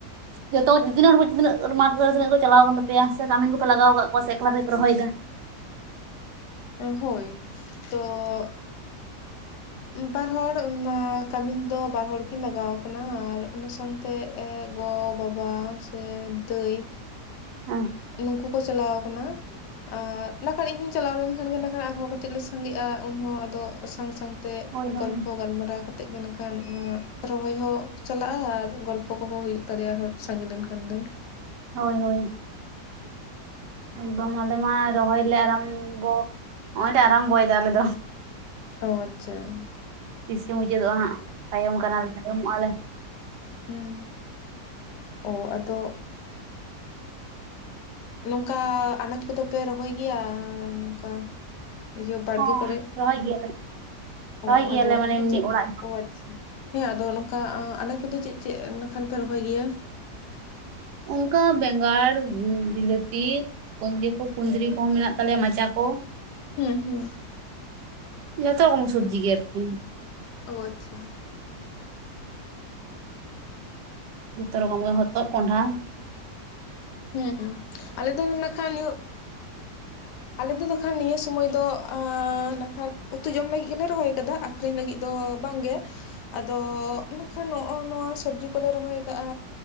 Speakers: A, on the right; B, on the left.
A: ᱡᱚᱛᱚ ᱫᱤᱱᱟᱜ ᱦᱚᱲ ᱛᱤᱱᱟᱹᱜ ᱢᱟᱴᱷ ᱠᱚᱨᱮ <unintelligible> ᱠᱚ ᱪᱟᱞᱟᱣ ᱠᱟᱱ ᱛᱟᱯᱮᱭᱟ ᱥᱮ ᱠᱟᱢᱤᱱ ᱠᱚᱯᱮ ᱞᱟᱜᱟᱣ ᱟᱠᱟᱫ ᱠᱚᱣᱟ ᱥᱮ ᱮᱠᱞᱟ ᱛᱮᱯᱮ ᱨᱚᱦᱚᱭᱮᱫᱟ?
B: ᱦᱳᱭ ᱛᱚ
A: <unintelligible>
B: ᱵᱟᱨ ᱦᱚᱲ ᱠᱟᱹᱢᱤᱱ ᱫᱚ ᱵᱟᱨ ᱦᱚᱲ ᱠᱤᱱ ᱞᱟᱜᱟᱣ ᱟᱠᱟᱱᱟ ᱟᱨ ᱚᱱᱟ ᱥᱟᱶᱛᱮ ᱜᱚ ᱵᱟᱵᱟ ᱥᱮ ᱫᱟᱹᱭ
A: ᱦᱮᱸ᱾
B: ᱱᱩᱝᱠᱩ ᱠᱚ ᱪᱟᱞᱟᱣ ᱟᱠᱟᱱᱟ ᱟᱨ ᱱᱟᱠᱷᱟᱱ ᱤᱧᱦᱚᱧ ᱪᱟᱞᱟᱣ ᱞᱮᱱ ᱠᱷᱟᱱ ᱟᱨᱦᱚᱸ ᱠᱟᱹᱴᱤᱡ ᱞᱮ ᱥᱟᱸᱜᱮᱜᱼᱟ ᱩᱱᱦᱚᱸ ᱟᱫᱚ ᱥᱟᱝ ᱥᱟᱝᱛᱮ
A: ᱦᱳᱭ ᱦᱳᱭ
B: ᱜᱚᱞᱯᱚ ᱜᱟᱞᱢᱟᱨᱟᱣ ᱠᱟᱛᱮᱜ ᱜᱮ ᱱᱟᱠᱷᱟᱱ ᱨᱚᱦᱚᱭ ᱦᱚᱸ ᱪᱟᱞᱟᱜᱼᱟ ᱟᱨ ᱜᱚᱞᱯᱚ ᱠᱚᱦᱚᱸ ᱦᱩᱭᱩᱜ ᱛᱟᱞᱮᱭᱟ ᱟᱨᱦᱚᱸ ᱥᱟᱸᱜᱮ ᱞᱮᱱᱠᱷᱟᱱ ᱞᱮ ᱾
A: ᱦᱳᱭ ᱦᱳᱭ ᱮᱠᱫᱚᱢ ᱟᱞᱮ ᱢᱟ ᱨᱚᱦᱚᱭ ᱞᱮ ᱟᱨᱟᱢ ᱵᱚ ᱱᱚᱜᱚᱭ ᱞᱮ ᱟᱨᱟᱢᱵᱚᱭ ᱮᱫᱟ ᱟᱞᱮ ᱫᱚ ᱾
B: ᱚᱻ ᱟᱪᱷᱟ ᱾
A: ᱛᱤᱥᱪᱚ ᱢᱩᱪᱟᱹᱫᱚᱜᱼᱟ ᱦᱟᱸᱜ ᱛᱟᱭᱚᱢ ᱠᱟᱱᱟᱞᱮ ᱛᱟᱭᱚᱢᱚᱜ ᱟᱞᱮ ᱾
B: ᱦᱩᱸ ᱚᱻ ᱟᱫᱚ ᱱᱚᱝᱠᱟ ᱟᱱᱟᱡ ᱠᱚᱫᱚ ᱯᱮ ᱨᱚᱦᱚᱭ ᱜᱮᱭᱟ ᱱᱚᱝᱠᱟ ᱤᱭᱟᱹ ᱵᱟᱲᱜᱮ
A: ᱦᱚᱸ
B: ᱠᱚᱨᱮ
A: ᱨᱚᱦᱚᱭ ᱜᱮᱭᱟᱞᱮ ᱨᱚᱦᱚᱭ
B: ᱚᱻ
A: ᱜᱮᱭᱟᱞᱮ
B: ᱟᱫᱚ
A: ᱢᱟᱱᱮ
B: ᱱᱟᱠᱷᱟᱱ
A: ᱮᱢᱱᱤ
B: ᱪᱮᱫ
A: ᱚᱲᱟᱜ
B: ᱚᱻ ᱟᱪᱷᱟ ᱾ ᱦᱮᱸ ᱟᱫᱚ ᱱᱚᱝᱠᱟ ᱟᱱᱟᱡ ᱠᱚᱫᱚ ᱪᱮᱫ ᱪᱮᱫ ᱱᱟᱠᱷᱟᱱ ᱯᱮ ᱨᱚᱦᱚᱭ ᱜᱮᱭᱟ?
A: ᱚᱱᱠᱟ ᱵᱮᱸᱜᱟᱲ ᱵᱤᱞᱟᱹᱛᱤ ᱠᱚᱧᱰᱤ ᱠᱚ ᱠᱩᱸᱫᱽᱨᱤ ᱠᱚᱦᱚᱸ ᱢᱮᱱᱟᱜ ᱛᱟᱞᱮᱭᱟ ᱢᱟᱪᱟ ᱠᱚ᱾
B: ᱦᱮᱸ ᱦᱮᱸ ᱾
A: ᱡᱚᱛᱚ ᱨᱚᱠᱚᱢ ᱥᱚᱵᱽᱡᱤ ᱜᱮ ᱟᱨᱠᱤ ᱾
B: ᱚ ᱟᱪᱷᱟ ᱾
A: ᱡᱚᱛᱚ ᱨᱚᱠᱚᱢ ᱜᱮ ᱦᱚᱛᱚᱫ ᱠᱚᱸᱰᱷᱟ ᱾
B: ᱦᱩᱸ ᱦᱩᱸ ᱟᱞᱮ ᱫᱚ ᱱᱟᱠᱷᱟᱱ ᱫᱚ ᱟᱞᱮ ᱫᱚ ᱱᱟᱜᱠᱷᱟᱱ ᱱᱤᱭᱟᱹ ᱥᱩᱢᱚᱭ ᱫᱚ, ᱱᱟᱠᱷᱟᱱ ᱩᱛᱩ ᱡᱚᱢ ᱞᱟᱹᱜᱤᱫ ᱜᱮᱞᱮ ᱨᱚᱦᱚᱭ ᱠᱟᱫᱟ᱾ ᱟᱹᱠᱷᱨᱤᱧ ᱞᱟᱹᱜᱤᱫ ᱫᱚ ᱵᱟᱝ ᱜᱮ᱾ ᱟᱫᱚ ᱱᱟᱠᱷᱟᱱ ᱱᱚᱜᱚ ᱱᱚᱣᱟ ᱥᱚᱵᱽᱡᱤ ᱠᱚᱞᱮ ᱨᱚᱦᱚᱭ ᱠᱟᱜᱼᱟ᱾